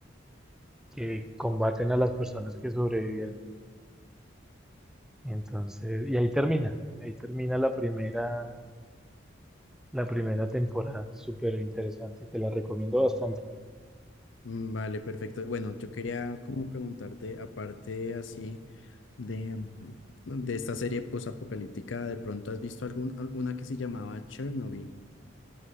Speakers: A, in the centre; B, on the left.
A: que combaten a las personas que sobreviven. Entonces, y ahí termina, ahí termina la primera, la primera temporada, súper interesante, te la recomiendo bastante.
B: Mm, Vale, perfecto. Bueno, yo quería como preguntarte, aparte así de, mm, de esta serie posapocalíptica, ¿de pronto has visto algún, alguna que se llamaba Chernobyl?